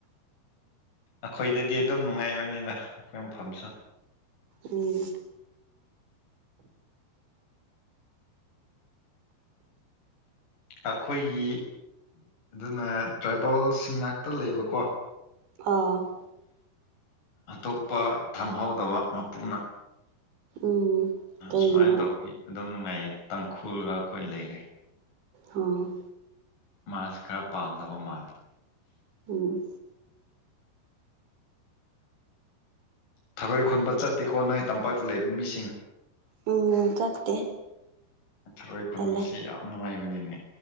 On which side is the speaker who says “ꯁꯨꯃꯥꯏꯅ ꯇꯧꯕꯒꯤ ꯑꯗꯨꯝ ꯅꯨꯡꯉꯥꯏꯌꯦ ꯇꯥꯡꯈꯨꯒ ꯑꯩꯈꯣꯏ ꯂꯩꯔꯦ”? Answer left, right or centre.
Left